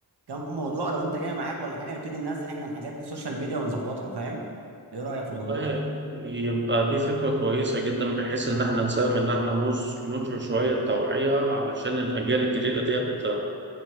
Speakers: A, on the right (about 75°); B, on the right (about 30°).
A: كم موضوع لو انت جاي معاك ولا حاجه نبتدي ننزل احنا الحاجات دي السوشيال ميديا ونظبطها فاهم ايه رايك في الموضوع
B: والله
A: ده
B: يبقى دي فكرة كويسة جدا بحيث إن إحنا نساهم إن إحنا نوص- ننشر شوية توعية علشان الأجيال الجديدة ديت